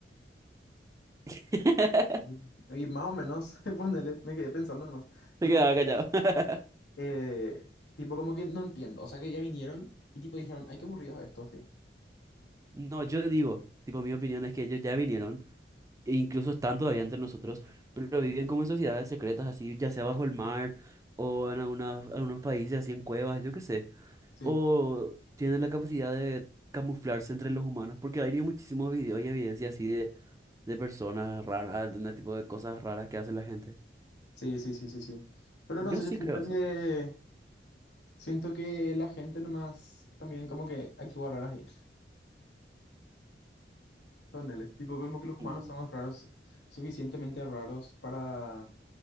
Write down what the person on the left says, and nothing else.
Mm. Y más o menos, <laughs> ponele, me quedé pensando nomás. Tipo,
eh, tipo, como que no entiendo. O sea, que ya vinieron y tipo dijeron, ay, qué aburridos estos, sí.
Sí,
sí, sí, sí, sí, sí. Pero
no sé,
yo siento
que, siento que la gente nomás también como que actúa rara. <laughs> Ponele, tipo, como que los humanos
somos raros, suficientemente raros para,